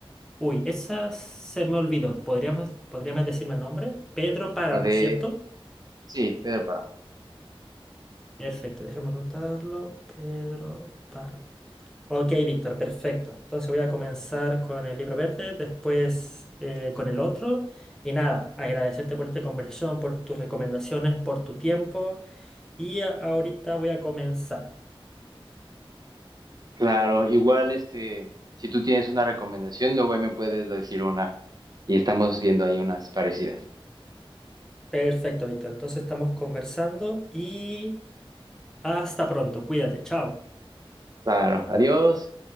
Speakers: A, in the centre; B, on the right (about 40°).
A: uy, esa se me olvidó. ¿Podríamos, podríamos decirme el nombre? Pedro Páramo,
B: La de,
A: ¿cierto?
B: sí, Pedro Páramo.
A: Perfecto, déjame anotarlo. Pedro Páramo. Ok, Víctor, perfecto. Entonces voy a comenzar con el libro verde, después eh, con el otro. Y nada, agradecerte por esta conversación, por tus recomendaciones, por tu tiempo. Y a- ahorita voy a comenzar.
B: Claro, igual este, si tú tienes una recomendación, luego ahí me puedes decir una y estamos viendo ahí unas parecidas.
A: Perfecto, Víctor. Entonces estamos conversando y hasta pronto. Cuídate, chao.
B: Claro, adiós.